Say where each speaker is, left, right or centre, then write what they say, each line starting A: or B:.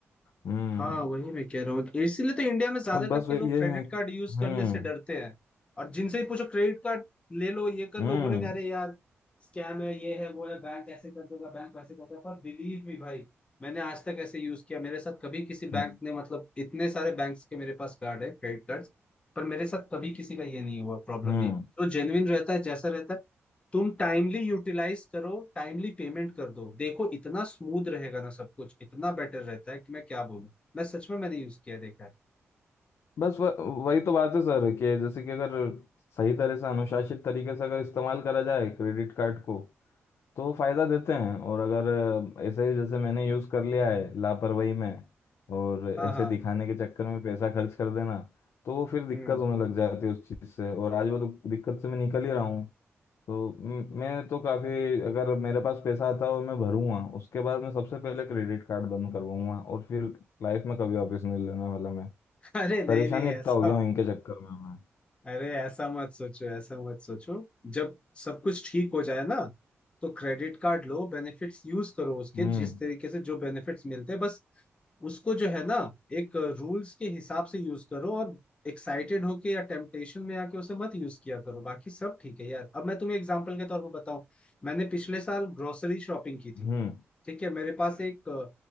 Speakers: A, on the left; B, on the left.
A: हम्म
B: हाँ वही मैं कह रहा हूँ इसीलिए तो इंडिया में ज्यादा
A: अब
B: करके
A: बस वही
B: लोग
A: ये
B: क्रेडिट
A: है हम्म
B: कार्ड यूज करने से डरते हैं और जिनसे ही पूछो क्रेडिट कार्ड ले लो ये कर
A: हम्म
B: लो बोलेंगे अरे यार स्कैम है ये है वो है बैंक ऐसे कर देगा बैंक वैसे करता है पर बिलीव मी भाई मैंने आज तक ऐसे यूज किया मेरे साथ कभी किसी
A: हम्म
B: बैंक ने मतलब इतने सारे बैंक्स के मेरे पास कार्ड है क्रेडिट कार्ड पर मेरे साथ कभी किसी का ये नहीं हुआ प्रॉब्लम
A: हम्म।
B: नहीं जो जेन्युइन रहता है जैसा रहता है तुम टाइमली यूटिलाइज करो टाइमली पेमेंट कर दो देखो इतना स्मूथ रहेगा ना सब कुछ इतना बेटर रहता है कि मैं क्या बोलूं मैं सच में मैंने यूज किया देखा है
A: बस व, वही तो बात है सर कि जैसे कि अगर सही तरह से अनुशासित तरीके से अगर इस्तेमाल करा जाए क्रेडिट कार्ड को तो वो फायदा देते हैं और अगर ऐसे ही जैसे मैंने यूज कर लिया है लापरवाही में और ऐसे
B: हाँ हाँ
A: दिखाने के चक्कर में पैसा खर्च कर देना तो वो फिर दिक्कत
B: हम्म
A: होने लग जाती है उस चीज से और आज वो दु- दिक्कत से मैं निकल ही रहा हूँ तो म- मैं तो काफी अगर मेरे पास पैसा आता है और मैं भरूंगा उसके बाद मैं सबसे पहले क्रेडिट कार्ड बंद करवाऊंगा और फिर लाइफ में कभी वापस नहीं लेने वाला मैं
B: <laughs> अरे नहीं
A: परेशान
B: नहीं
A: इतना
B: ऐसा
A: हो गया हूँ इनके चक्कर में मैं
B: अरे ऐसा मत सोचो ऐसा मत सोचो जब सब कुछ ठीक हो जाए ना तो क्रेडिट कार्ड लो बेनिफिट्स यूज करो उसके
A: हम्म
B: जिस तरीके से जो बेनिफिट्स मिलते हैं बस उसको जो है ना एक रूल्स के हिसाब से यूज करो और एक्साइटेड होके या टेम्पटेशन में आके उसे मत यूज किया करो बाकी सब ठीक है यार अब मैं तुम्हें एग्जांपल के तौर पर बताऊं मैंने पिछले साल ग्रोसरी शॉपिंग की थी
A: हम्म
B: ठीक है मेरे पास एक अ,